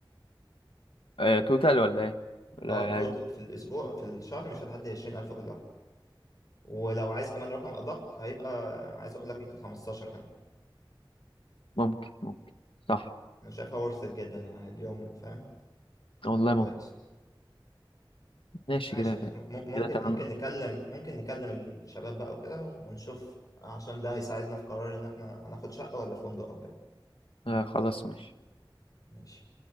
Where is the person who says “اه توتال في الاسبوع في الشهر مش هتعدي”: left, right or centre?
Left